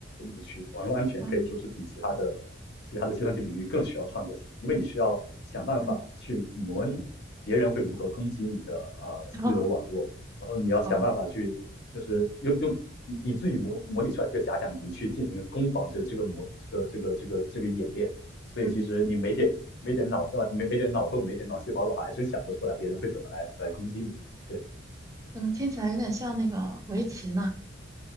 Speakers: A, on the left (about 60°); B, on the right (about 15°).
A: 区，网络安全可以说是比其他的其他的计算机领域更需要创作性，
B: 好，
A: 因为你需要想办法去模拟别人会如何攻击你的呃私有网络，
B: 嗯，好，
A: 然后你要想办法去就是用用以以自己模模拟出来这个假想敌去进行攻防这这个模这个这个这个这个演练，
B: 哦，
A: 所以其实你没点没点脑洞没没点脑洞没点脑细胞的话，
B: 嗯，
A: 还真想不出来别人会怎么来来攻击你，对。
B: 怎么听起来有点像那个围棋呢？